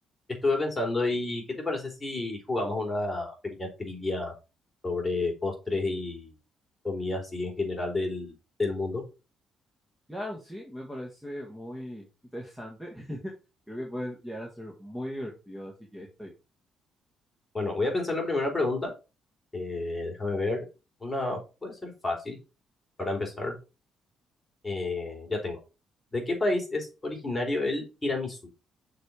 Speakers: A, on the left; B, in the centre.
A: Estuve pensando, ¿y qué te parece si jugamos una pequeña trivia sobre postres y comidas así en general del, del mundo?
B: Claro, sí, me parece muy interesante. <laughs> Creo que puede llegar a ser muy divertido, así que estoy.
A: Bueno, voy a pensar en la primera pregunta. Eh, déjame ver. Una puede ser fácil para empezar. Eh, ya tengo. ¿De qué país es originario el tiramisú?